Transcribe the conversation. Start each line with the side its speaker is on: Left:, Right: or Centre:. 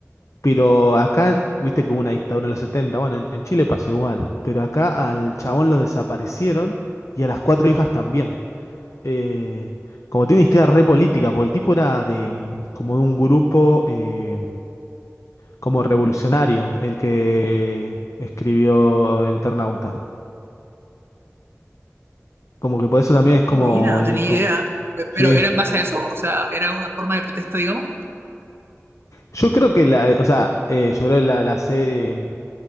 Left: Pero acá, viste que hubo una dictadura en los setenta Bueno, en, en Chile pasó igual. Pero acá al chabón lo desaparecieron y a las cuatro hijas también. Eh, como tiene una historia re política, porque el tipo era de mm, como de un grupo. eh, como revolucionario el que escribió El Eternauta. Como que por eso también es como,
Right: Mira, no
Left: y-
Right: tenía
Left: co-
Right: idea. Pe-
Left: sí.
Right: ¿Pero era en base a eso? O sea, ¿era una forma de protesta, digamos?
Left: Yo creo que la, o sea, eh, yo creo la, la, se- eh,